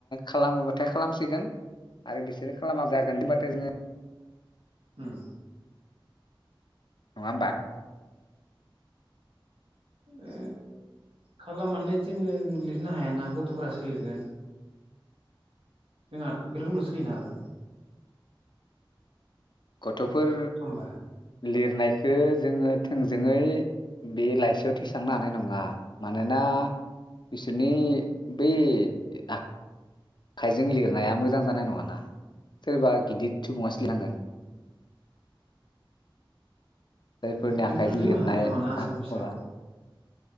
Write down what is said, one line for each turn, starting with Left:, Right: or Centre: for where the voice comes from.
Left: खालामोबाथाय खालामसिगोन आरो बिसोरो खालामा जागोन होनबाथाय जोङो
Right: उम।
Left: नङा होमबा?
Right: ओ खालामनानै जोङो लिरनो हायाना गथ'फोरासो लिरगोन जों आर्टिकेलखौल'सो हैनो हागोन।
Left: गथ'फोर
Right: होमबा
Left: लिर नायखो जोङो थोंजोङै बे लाइसियाव थेसांनो हानाय नङा। मानोना बिसोरनि बै आ खायजों लिरनाया मोजां जानाय नङाना सोरबा गिदिर सुबुङासो लिरनांगोन। जायफोरनि
Right: इखोन्थ
Left: आखाइजों
Right: जों
Left: लिरनाय
Right: हानाय नङाना आसामिसाव।
Left: आखरा